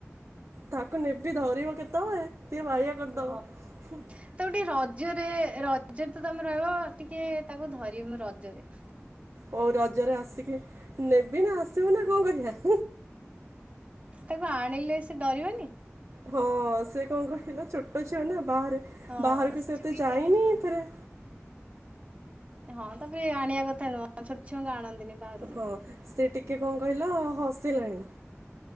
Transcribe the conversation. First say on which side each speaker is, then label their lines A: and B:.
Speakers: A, on the right (about 65°); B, on the right (about 30°).
A: ତାକୁୁ ନେବି ଧରିବ କେତେବେଳେ ସିଏ ବାଇୟା କ
B: ଓହ।
A: ହୁ।
B: ତାକୁ ଟିକେ ରଜରେ ରଜରେ ତ ତମେ ରହିବ ଟିକେ ତାକୁ ଧରିବି ମୁଁ ରଜରେ।
A: ହଉ ରଜରେ ଆସିକି ନେବି ନା ଆସିବ ନା କଣ କରିବା।
B: ତାକୁ ଆଣିଲେ ସେ ଡରିବନି
A: ହଁ ସେ କଣ କହିଲ ଛୋଟ ଛୁଆ ନା ବାହାରେ
B: ହଁ
A: ବାହାରକୁ ସେ
B: ଛୁଇଁଲେ
A: ଏତେ ଯାଇନି ଫେରେ
B: ହଁ ତାକୁ ଏ ଆଣିବା କଥା ନୁହଁ ଛୋଟ ଛୁଆଙ୍କୁ ଆଣନ୍ତିନି ବାହାରୁକୁ
A: ହଁ
B: ଏତେ।
A: ସେ ଟିକେ କଣ କହିଲ ହସିଲାଣି।